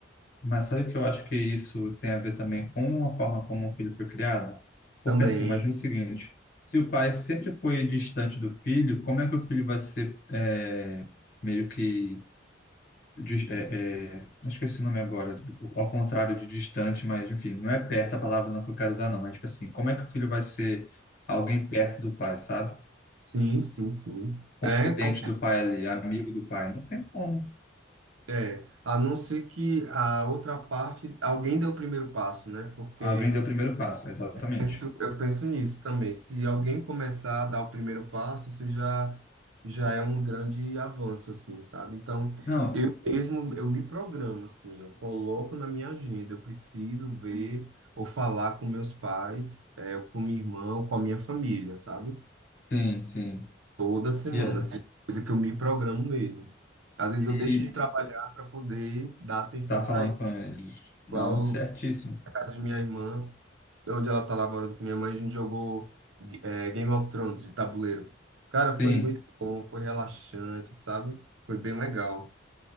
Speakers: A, on the left; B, on the right.
A: mas sabe que eu acho que isso tem a ver também com a forma como o filho foi criado? Porque
B: também,
A: assim, imagina o seguinte: se o pai sempre foi distante do filho, como é que o filho vai ser é, meio que dis- é, é, eu esqueci o nome agora, ao contrário de distante, mas enfim, não é perto a palavra não que eu quero usar, não, mas tipo assim, como é que o filho vai ser alguém perto do pai, sabe?
B: sim, sim, sim.
A: Confidente
B: É, com cer-
A: do pai ali, amigo do pai? Não tem como.
B: é, a não ser que a outra parte, alguém dê o primeiro passo, né? Porque
A: Alguém deu o primeiro passo, exatamente.
B: penso, eu penso nisso também. Se alguém começar a dar o primeiro passo, isso já, já é um grande avanço, assim, sabe? Então,
A: Não,
B: eu mesmo, eu me programo, assim, eu coloco na minha agenda, eu preciso ver ou falar com meus pais, eh, com minha irmã, ou com a minha família, sabe?
A: sim, sim.
B: Toda semana,
A: E, é,
B: assim, coisa que eu me programo mesmo. Às vezes
A: e
B: eu deixo de trabalhar para poder dar atenção
A: tá falando
B: para ele.
A: com eles. Não,
B: Igual
A: certíssimo.
B: o caso de minha irmã, onde ela tá lá morando com minha mãe, a gente jogou é, Game of Thrones de tabuleiro. Cara, foi
A: Sim.
B: muito bom, foi relaxante, sabe? Foi bem legal.